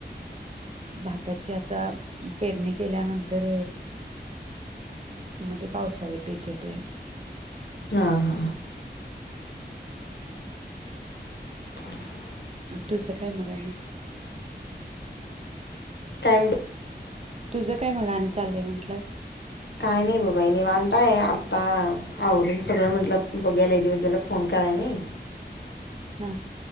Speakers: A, on the right (about 35°); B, on the left (about 70°).
A: भाताची आता पेरणी केल्यानंतर मग ते पावसाळी पीक घेतोय आमी
B: हा हा <inaudible>
A: तुझं काय? मग आणि
B: <unintelligible>
A: तुझं काय? मग आणि चाललंय म्हंटलं?
B: काय नाही बघ बाई निवांत आहे आता आवरून सगळं म्हंटलं बघूया लई दिवस झाले फोन कराय नाही
A: हा